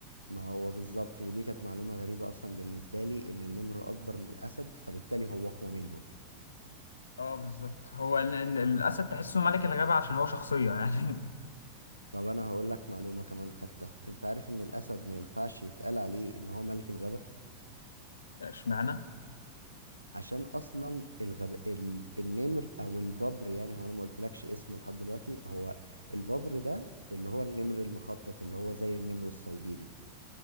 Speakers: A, on the right; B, on the left.
A: ما هو بالظبط ودي كانت معلومه غريبه اصلا بالنسبه لي ان النمر اكبر من الاسد فبالتالي هو اقوى منه
B: اه بالظبط هو ال- ال- الاسد تحسه ملك الغابة عشان هو شخصية يعني
A: طب انا هقول لك معلومه كمان خدتها انت عارف ان الاسد ما ينفعش يتقال عليه ان هو ملك الغابه
B: <laughs> اشمعنى
A: عشان اصلا الغب... ال... النمر او الببر يعني هو انا ما قلتلكش اسمه لحد دلوقتي هو الببر ده اللي هو النمر المخطط اللي هو زي النمر السيبيري